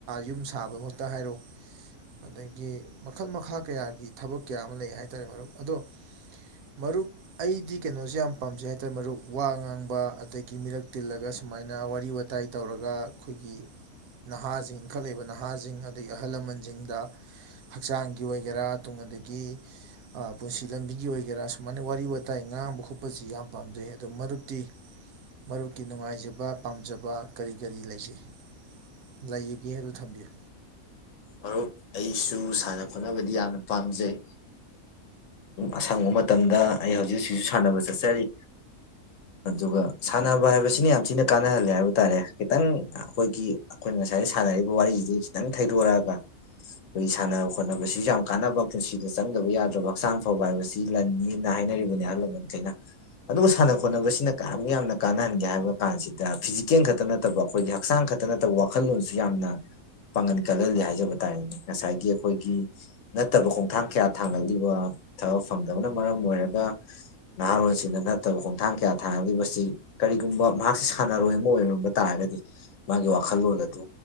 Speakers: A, on the right; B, on the left.
A: ꯌꯨꯝ ꯁꯥꯕꯃꯛꯇ ꯍꯥꯏꯔꯣ ꯑꯗꯒꯤ ꯃꯈꯜ ꯃꯈꯥ ꯀꯌꯥꯒꯤ ꯊꯕꯛ ꯀꯌꯥ ꯑꯃ ꯂꯩ ꯍꯥꯏꯇꯥꯔꯦ ꯃꯔꯨꯞ ꯑꯗꯣ ꯃꯔꯨꯞ ꯑꯩꯗꯤ ꯀꯩꯅꯣꯁꯦ ꯌꯥꯝ ꯄꯥꯝꯖꯩ ꯍꯥꯏꯇꯥꯔꯦ ꯃꯔꯨꯞ ꯋꯥ ꯉꯥꯡꯕ ꯑꯗꯒꯤ ꯃꯤꯔꯛ ꯇꯤꯜꯂꯒ ꯁꯨꯃꯥꯏꯅ ꯋꯥꯔꯤ ꯋꯥꯇꯥꯏ ꯇꯧꯔꯒ ꯑꯩꯈꯣꯏꯒꯤ ꯅꯍꯥꯁꯤꯡ ꯏꯟꯈꯠꯂꯛꯏꯕ ꯅꯍꯥꯁꯤꯡ ꯑꯗꯒꯤ ꯑꯍꯜ ꯂꯃꯟꯁꯤꯡꯗ ꯍꯛꯆꯥꯡꯒꯤ ꯑꯣꯏꯒꯦꯔꯥ ꯇ ꯑꯗꯒꯤ ꯄꯨꯟꯁꯤ ꯂꯝꯕꯤꯒꯤ ꯑꯣꯏꯒꯦꯔꯥ ꯁꯨꯃꯥꯏꯅ ꯋꯥꯔꯤ ꯋꯥꯇꯥꯏ ꯉꯥꯡꯕ ꯈꯣꯠꯄꯁꯤ ꯌꯥꯝ ꯄꯥꯝꯖꯩ ꯑꯗꯣ ꯃꯔꯨꯞꯛꯇꯤ ꯃꯔꯨꯞꯀꯤ ꯅꯨꯡꯉꯥꯏꯖꯕ ꯄꯥꯝꯖꯕ ꯀꯔꯤ ꯀꯔꯤ ꯂꯩꯖꯩ ꯂꯩꯒꯦꯗ ꯊꯝꯕꯤꯌꯨ
B: ꯃꯔꯨꯞ ꯑꯩꯁꯨ ꯁꯥꯟꯅ ꯈꯣꯠꯅꯕꯗꯤ ꯌꯥꯝꯅ ꯄꯥꯝꯖꯩꯝ ꯑꯁꯪꯕ ꯃꯇꯝꯗ ꯑꯩ ꯍꯧꯖꯤꯛ ꯍꯧꯖꯤꯛꯁꯨ ꯁꯥꯟꯅꯕ ꯆꯠꯆꯔꯤ ꯑꯗꯨꯒ ꯁꯥꯟꯅꯕ ꯍꯥꯏꯕꯁꯤꯅ ꯌꯥꯝ ꯊꯤꯅ ꯀꯥꯟꯅꯍꯜꯂꯦ ꯍꯥꯏꯕ ꯇꯥꯔꯦ ꯈꯤꯇꯪ ꯑꯩꯈꯣꯏꯒꯤ ꯑꯩꯈꯣꯏꯅ ꯉꯁꯥꯏ ꯁꯥꯟꯅꯔꯤꯕ ꯋꯥꯔꯤꯁꯤꯗꯒꯤ ꯈꯤꯇꯪ ꯊꯩꯗꯣꯔꯛꯒ ꯑꯩꯈꯣꯏꯒꯤ ꯁꯥꯟꯅ ꯈꯣꯠꯅꯕꯁꯤꯁꯨ ꯌꯥꯝ ꯀꯥꯟꯅꯕ ꯄꯨꯟꯁꯤꯗ ꯆꯪꯗꯕ ꯌꯥꯗ꯭ꯔꯕ ꯍꯛꯆꯥꯡ ꯐꯕ ꯍꯥꯏꯕꯁꯤ ꯂꯟꯅꯤꯅ ꯍꯥꯏꯅꯔꯤꯕꯅꯤ ꯑꯍꯜ ꯂꯃꯟꯈꯩꯅ ꯑꯗꯨꯕꯨ ꯁꯥꯟꯅ ꯈꯣꯠꯅꯕꯁꯤꯅ ꯀꯌꯥꯃꯨꯛ ꯌꯥꯝꯅ ꯀꯥꯟꯅꯍꯟꯒꯦ ꯍꯥꯏꯕ ꯀꯥꯟꯁꯤꯗ ꯐꯤꯖꯤꯀꯦꯜ ꯈꯛꯇ ꯅꯠꯇꯕ ꯑꯩꯈꯣꯏꯒꯤ ꯍꯛꯆꯥꯡ ꯈꯛꯇ ꯅꯠꯇꯕ ꯋꯥꯈꯜꯂꯣꯟꯁꯨ ꯌꯥꯝꯅ ꯄꯥꯡꯒꯟ ꯀꯜꯍꯜꯂꯤ ꯍꯥꯏ ꯍꯥꯏꯖꯕ ꯇꯥꯔꯦꯅꯦ ꯉꯁꯥꯏꯒꯤ ꯑꯩꯈꯣꯏꯒꯤ ꯅꯠꯇꯕ ꯈꯣꯡꯊꯥꯡ ꯀꯌꯥ ꯊꯥꯡꯂꯛꯂꯤꯕ ꯊꯕꯛ ꯐꯪꯗꯕꯅ ꯃꯔꯝ ꯑꯣꯏꯔꯒ ꯅꯍꯥꯔꯣꯟꯁꯤꯡꯅ ꯅꯠꯇꯕ ꯈꯣꯡꯊꯥꯡ ꯀꯌꯥ ꯊꯥꯡꯂꯛꯂꯤꯕꯁꯤ ꯀꯔꯤꯒꯨꯝꯕ ꯃꯍꯥꯛꯁꯤ ꯁꯥꯟꯅꯔꯣꯏ ꯑꯃ ꯑꯣꯏꯔꯝꯕ ꯇꯥꯔꯒꯗꯤ ꯃꯥꯒꯤ ꯋꯥꯈꯜꯂꯣꯟ ꯑꯗꯨ